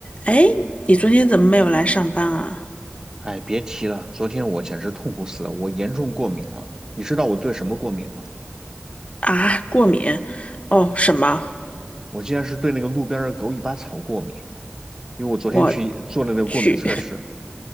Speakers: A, on the left; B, on the right.
A: 哎，你昨天怎么没有来上班啊？
B: 哎，别提了，昨天我简直痛苦死了，我严重过敏了。你知道我对什么过敏吗？
A: 啊，过敏？哦，什么？
B: 我竟然是对那个路边儿的狗尾巴草过敏，因为我昨天去做了那个过敏测试。
A: 我去。